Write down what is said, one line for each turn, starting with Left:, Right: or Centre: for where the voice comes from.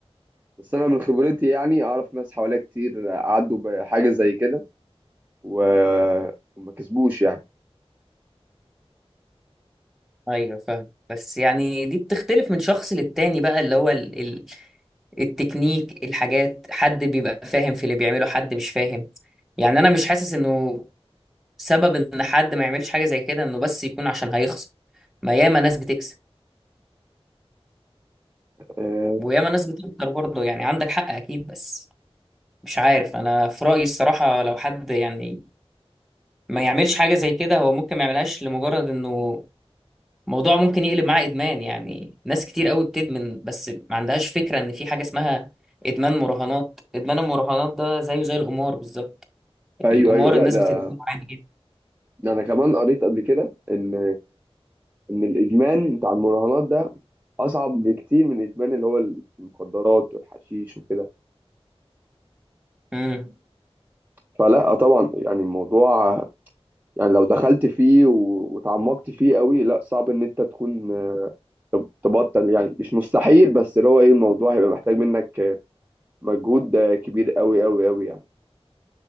Right: بس انا من خبرتي يعني اعرف ناس حواليا كتير عدوا بحاجة زي كده و... وما كسبوش يعني
Centre: ايوه فاهم بس يعني دي بتختلف من شخص للتاني بقى اللي هو ال... ال... التكنيك الحاجات حد بيبقى فاهم في اللي بيعمله حد مش فاهم يعني انا مش حاسس انه سبب ان حد ما يعملش حاجه زي كده انه بس يكون عشان هيخسر ما ياما ناس بتكسب
Right: أه،
Centre: وياما ناس بتخسر برضه يعني عندك حق اكيد بس مش عارف انا في رايي الصراحه لو حد يعني ما يعملش حاجه زي كده هو ممكن ما يعملهاش لمجرد انه الموضوع ممكن يقلب معاه ادمان يعني ناس كتير قوي بتدمن بس ما عندهاش فكره ان في حاجه اسمها ادمان مراهنات ادمان المراهنات ده زيه زي القمار بالظبط
Right: ايوه
Centre: القمار
Right: ايوه لا
Centre: الناس
Right: ده
Centre: بتدمنه عادي جدا
Right: ده انا كمان قريت قبل كده ان ان الادمان بتاع المراهنات ده اصعب بكتير من الادمان اللي هو المخدرات والحشيش وكده
Centre: امم
Right: فلا طبعا يعني الموضوع يعني لو دخلت فيه و- وتعمقت فيه قوي لا صعب ان انت تكون آه، تب- تبطل يعني مش مستحيل بس اللي هو ايه الموضوع هيبقى محتاج منك آه، مجهود آه، كبير قوي قوي قوي يعني